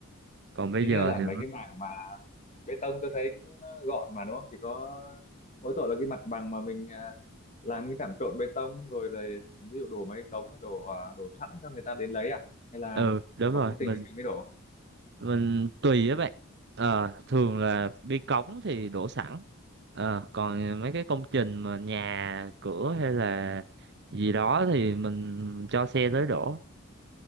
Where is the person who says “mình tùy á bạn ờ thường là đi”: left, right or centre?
Right